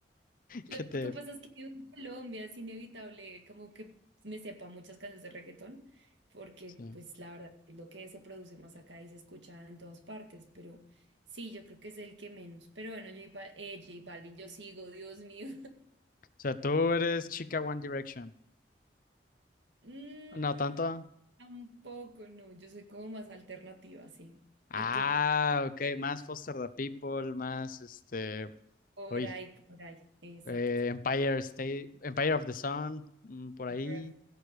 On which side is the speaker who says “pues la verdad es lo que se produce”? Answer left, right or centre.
Right